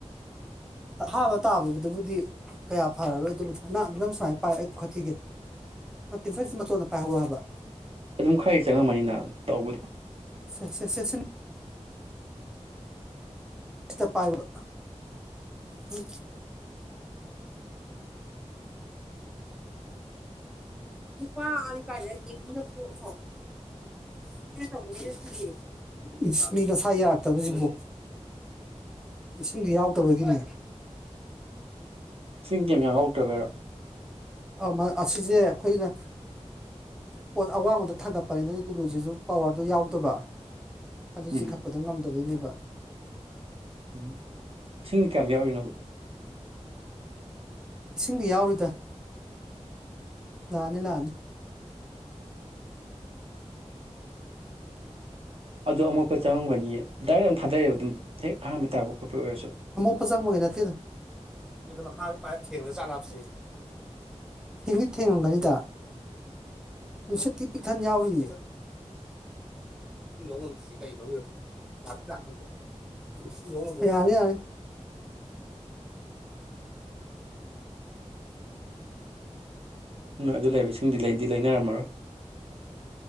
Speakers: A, in the centre; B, on the right.
A: ꯑꯍꯥꯕ ꯇꯥꯕꯗꯨꯕꯨꯗꯤ ꯀꯌꯥ ꯐꯔꯔꯣꯏ ꯑꯗꯨꯕꯨꯗ ꯅꯪ ꯅꯪ ꯁꯨꯃꯥꯏꯅ ꯄꯥꯏ ꯑꯩꯈꯠꯈꯤꯒꯦ ꯅꯠꯇꯦ ꯐꯛꯁꯤ ꯃꯇꯆꯣꯟꯗ ꯄꯥꯏꯍꯧ ꯍꯥꯏꯕ
B: ꯑꯗꯨꯝ ꯈꯔꯗꯤ ꯆꯪꯉꯝꯃꯅꯤꯅ ꯇꯧꯕꯗꯣ
A: ꯁ ꯁꯦ ꯁꯤꯇ ꯄꯥꯏꯌꯨꯕ <unintelligible> ꯀꯨꯄꯥ ꯑ ꯀ ꯌꯦꯗ ꯍꯥꯎ <unintelligible> ꯃꯤꯒꯁꯥ ꯌꯥꯔꯛꯇꯕꯁꯤꯕꯨ ꯏꯁꯤꯡꯗꯥ ꯌꯥꯎꯗꯕꯒꯤꯅꯦ
B: ꯁꯤꯡ ꯀꯦꯝ ꯌꯥꯝ ꯌꯥꯎꯗ꯭ꯔꯕꯔꯣ
A: ꯑ ꯑꯁꯤꯁꯦ ꯑꯩꯈꯣꯏꯅ ꯄꯣ ꯑꯋꯥꯡꯕꯗ ꯊꯥꯡꯒꯠꯄꯅꯤꯅꯅꯦ ꯇꯨꯂꯨꯁꯤꯁꯨ ꯄꯋꯥꯔꯗꯨ ꯌꯥꯎꯗꯕ ꯑꯗꯨ
B: ꯎꯝ
A: ꯆꯤꯈꯠꯄꯗꯣ ꯉꯝꯗꯕꯩꯅꯦꯕ
B: ꯎꯝ ꯏꯁꯤꯡ ꯀꯌꯥꯝ ꯌꯥꯎꯔꯤꯅꯣꯕ
A: ꯏꯁꯤꯡꯗꯤ ꯌꯥꯎꯔꯤꯗ ꯂꯥꯅꯤ ꯂꯥꯅꯤ
B: ꯑꯗꯣ ꯑꯃꯣꯠꯄ ꯆꯪꯉꯝꯒꯅꯤꯌꯦ ꯗꯥꯏꯔꯦꯛ ꯌꯥꯝ ꯊꯥꯗꯩꯑꯦꯕ ꯑꯗꯨꯝ ꯍꯦꯛ ꯑꯍꯥꯟꯕ ꯇꯥꯛꯄ ꯈꯣꯠꯄ ꯑꯣꯏꯔꯁꯨ
A: ꯑ ꯆꯪꯕꯒꯤ ꯅꯠꯇꯦꯅ ꯃꯈꯥꯥꯏ ꯊꯦꯡ ꯆꯥꯅꯕꯅꯦ ꯍꯤꯡꯂꯤꯠ ꯊꯦꯡꯉꯝꯒꯅꯤꯗ ꯅꯨꯡꯁ ꯇꯤ ꯄꯤꯛ ꯈꯅ ꯌꯥꯎꯔꯤ <unintelligible> ꯐ ꯌꯥꯅꯤ ꯌꯥꯅꯤ
B: ꯎ ꯑꯗꯨ ꯂꯩꯕ ꯏꯁꯤꯡꯗꯤ ꯂꯩꯅꯗꯤ ꯂꯩꯅꯔꯝꯃꯔꯣꯏ